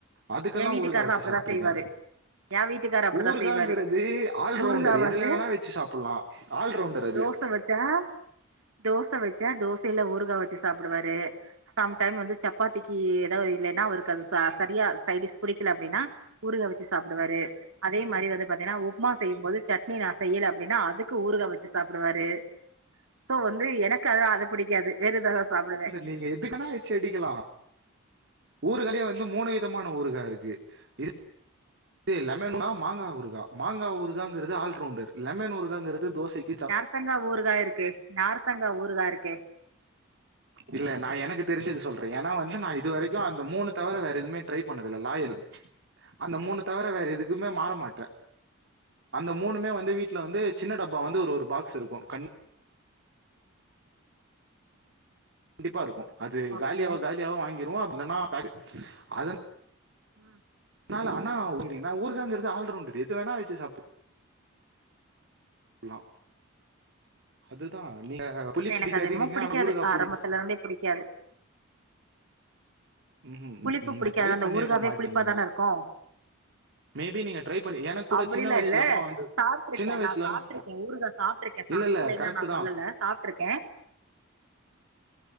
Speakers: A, on the right; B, on the right.
A: அதுக்கெல்லா
B: எ வீட்டுக்காரரு
A: ஊறுகா வச்சு
B: அப்டிதா
A: சாப்ட்ருக்கே
B: செய்வாரு ஏ வீட்டுக்காரு அப்டிதா
A: ஊறுக்
B: செய்வாரு
A: காங்கிறது ஆல்ரவுண்டர்
B: ஊறுகா
A: எதுல
B: வந்து
A: வேணா வச்சு சாப்புல்லா ஆல்ரவுண்டர் அது
B: தோச வச்சா தோச வச்சா தோசைல ஊறுகா வச்சு சாப்புடுவாரு சம் டைம் வந்து சப்பாத்திக்கு ஏதாவது இல்லைன்னா அவருக்கு அது ச சரியா சைடிஸ் புடிக்கல அப்டின்னா ஊறுகா வச்சு சாப்புடுவாரு அதே மாறி வந்து பாத்தீங்கன்னா உப்புமா செய்யும்போது சட்னி நா செய்யல அப்டின்னா அதுக்கு ஊறுகா வச்சு சாப்டுவாரு சோ வந்து எனக்கு அதல்லா அத புடிக்காது வேற எதாதா சாப்டுவ
A: லீங்க எதுக்கனா செடிக்கலா ஊறுகாலேயே வந்து மூணு விதமான ஊறுகா இருக்கு இது லெமன் னா மாங்கா ஊருகா மாங்கா ஊருகாங்கிறது ஆல்ரவுண்டர் லெமன் ஊறுகாங்கிறது தோசைக்
B: நார்த்தங்கா ஊறுகா இருக்கு நார்த்தங்கா ஊறுகா இருக்கு
A: இல்ல நா எனக்கு தெரிஞ்சது சொல்ற ஏன்னா வந்து நா இது வரைக்கு அந்த மூணு தவர வேற எதுமே ட்ரை பண்ணதுல்ல லாயல் அந்த மூணு தவிர வேற எதுக்குமே மாற மாட்ட அந்த மூணுமே வந்து வீட்ல வந்து சின்ன டப்பா வந்து ஒரு ஒரு பாக்ஸ் இருக்கு கண் கண்டிப்பா இருக்கும் அது
B: ஓகே
A: காலியாவ காலியாவ வாங்கிருவோ அப்டி இல்லனா பேக் அதன்
B: ம்
A: நால அணா ஊறு
B: ம்
A: காங்கறது ஆல்ரவுண்டர் எது வேணா வச்சு சாப்டு லா அதுதா நீங்க புளிப்பு
B: எனக்கு
A: பிடிக்காதுங்கிறீங்க
B: அது என்னமோ புடிக்காது
A: ஆனா ஊறுகா
B: ஆரம்பத்துல
A: புடிக்கு
B: இருந்தே புடிக்காது
A: ம்ஹூம்
B: புளிப்பு
A: நீங்க
B: புடிக்காது
A: ட்ரை
B: அந்த
A: பண்ணிருக்க
B: ஊறு காவே
A: மாட்டீங்க
B: புளிப்பாதான இருக்கோ
A: மேபி நீங்க ட்ரை பண்ணி எனக்கு கூட
B: அப்டிலா
A: சின்ன வயசுலலா
B: இல்ல
A: வந்து
B: சாப்ட்ருக்க
A: சின்ன வயசுலலா
B: நா சாப்ட்ருக்க ஊறுகா சாப்ட்ருக் சாப்பலைன்னா
A: இல்ல இல்ல கரெக்ட்
B: நா
A: தா
B: சொல்லல சாப்ட்ருக்கே